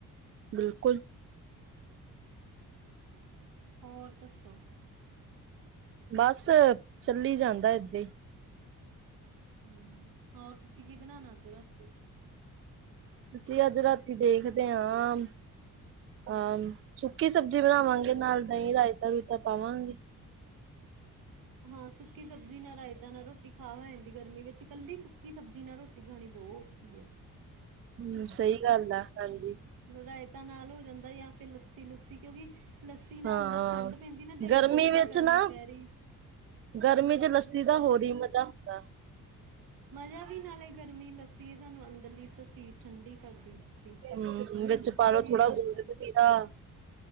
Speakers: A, on the right; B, on the right.
A: ਬਿਲਕੁਲ।
B: ਹੋਰ ਦੱਸੋ?
A: ਬਸ ਚੱਲੀ ਜਾਂਦਾ ਏਦਾਂ ਹੀ।
B: ਹੂੰ, ਹੋਰ ਤੁਸੀਂ ਕੀ ਬਣਾਣਾ ਅੱਜ ਰਾਤੀ?
A: ਅਸੀਂ ਅੱਜ ਰਾਤੀ ਦੇਖਦੇ ਆ। ਹਾਂ, ਸੁੱਕੀ ਸਬਜ਼ੀ ਬਣਾਵਾਂਗੇ ਨਾਲ ਦਹੀਂ ਰਾਇਤਾ-ਰੁਤਾ ਪਾਵਾਂਗੇ।
B: ਹਾਂ, ਸੁੱਕੀ ਸਬਜ਼ੀ ਨਾ ਰਾਇਤਾ ਨਾ ਰੋਟੀ ਖਾਹੀ ਜਾਂਦੀ, ਗਰਮੀ ਵਿੱਚ ਕੱਲੀ ਤੂੰ ਸੂਖੀ ਸਬਜ਼ੀ ਨਾਲ ਰੋਟੀ ਖਾਣੀ ਬੋ ਔਖੀ ਹੈ।
A: ਹੂੰ, ਸਹੀ ਗੱਲ ਆ ਹਾਂਜੀ।
B: ਰਇਤਾਾਂ ਨਾਲ ਹੋ ਜਾਂਦਾ ਜਾਂ ਫਿਰ ਲੱਸੀ-ਲੁੱਸੀ ਕਿਉਂਕਿ ਲੱਸੀ ਨਾਲ
A: ਹਾਂ
B: ਅੰਦਰ ਠੰਢ ਪੈਂਦੀ ਨਾ ਜਿਸ
A: ਗਰਮੀ
B: ਹਿਸਾਬ
A: ਵਿੱਚ
B: ਨਾਲ ਗਰਮੀ
A: ਨਾ
B: ਪੈ ਰਹੀ।
A: ਗਰਮੀ ਚ ਲੱਸੀ ਦਾ ਹੋਰ ਹੀ ਮਜ਼ਾ ਹੁੰਦਾ।
B: ਮਜ਼ਾ ਵੀ ਨਾਲੇ ਗਰਮੀ ਲੱਸੀ ਸਾਨੂੰ ਅੰਦਰਲੀ ਤਸੀਰ ਠੰਡੀ ਕਰਦੀ ਲਸੀ
A: ਹਮ ਵਿੱਚ ਪਾਲੋ
B: ਇਹ
A: ਥੋੜਾ
B: ਗੱਲ
A: ਗੁੰਦ
B: ਆ।
A: ਕਤੀਰਾ